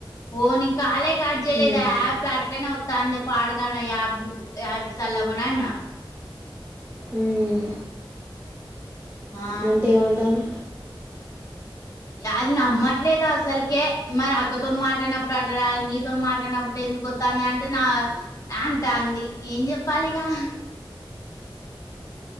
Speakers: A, on the left; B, on the right.
A: ఓ నీ కాలే కట్ చేయలేదు
B: ఉమ్,
A: యాప్ అట్లనే వస్తాంది పాడగాను యాప్ యాప్ చల్లాగున్నా అన్నా
B: ఉమ్.
A: ఆ
B: అంటే ఏమంటంది
A: అది నమ్మట్లేదు అసలకే మరి అక్కతోన మాట్లాడినప్పుడు అట్లా రాాలి నీతోన మాట్లాడినప్పుడు ఎందుకు వస్తుంది అంటే నా నా అంట అంది ఏం చెప్పాలి ఇగా